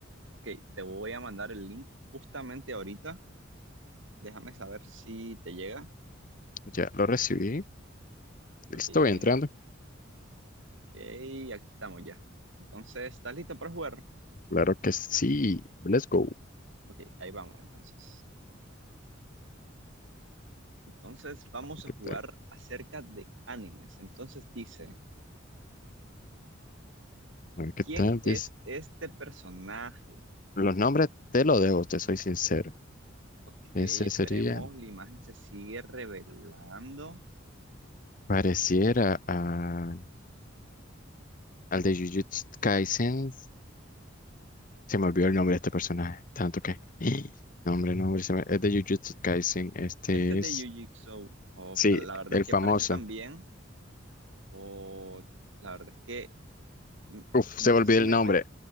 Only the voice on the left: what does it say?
Ya lo recibí. Estoy
entrando.
Claro que sí. Let's go.
¿Qué
tal?
A ver qué
tal.
Dice...
Los nombres te los dejo, te soy sincero.
Ese sería,
pareciera a- al de Jujutsu Kaisen. Se me olvidó el nombre de este personaje, tanto que... <gasps> Nombre, nombre, se me- es de Jujutsu Kaisen, este
es...
Sí,
el
famoso.
Uf,
se me
olvidó
el nombre,